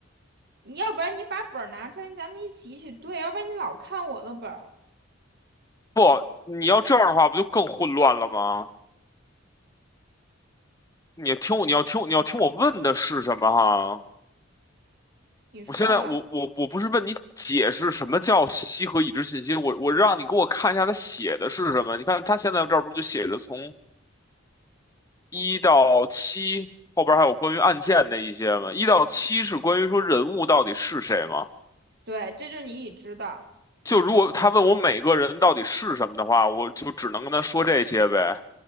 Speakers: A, on the right; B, on the left.
A: 你要不然你把本儿拿出来，咱们一起一起对，要不然你老看我的本儿，
B: 不，你要这样的话，不就更混乱了吗？你听我，你要听我你要听我问的是什么哈？
A: 你说吧。
B: 我现在我我我不是问你解释什么叫西和已知信息，我我让你给我看一下他写的是什么。你看他现在这儿不就写着从一到七后边还有关于案件的一些吗？一到七是关于说人物到底是谁吗？
A: 对，这就是你已知的，
B: 就如果他问我每个人到底是什么的话，我就只能跟他说这些呗。